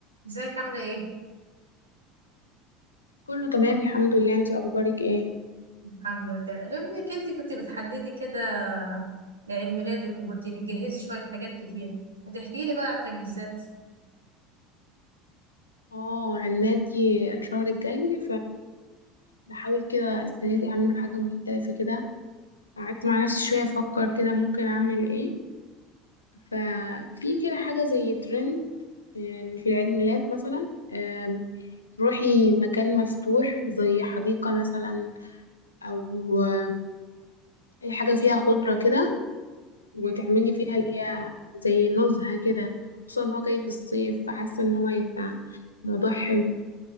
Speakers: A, on the right; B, on the left.
A: ازيك عاملة ايه؟
B: كله تمام الحمد لله انتي اخبارك ايه
A: الحمد لله لو انك انت كنت بتحددي كده لعيد ميلادك وكنت بتجهزي شوية حاجات كتير هتحكي لي بقى على التجهيزات
B: اه عمادي الشهر الجاي فبحاول كده السنه دي اعمله حاجه مختلفه كده قعدت مع نفسي شويه افكر كده ممكن اعمل ايه ففي كده حاجه زي ترند آه، في العيد ميلاد مثلا آم، تروحي مكان مفتوح زي حديقه مثلا او آم، اي حاجه فيها خضره كده وتعملي
A: مم.
B: فيها اللي هي زي نزهه كده خصوصا ان هو جاي في الصيف فحاسه ان هو هيبقى موضوع حلو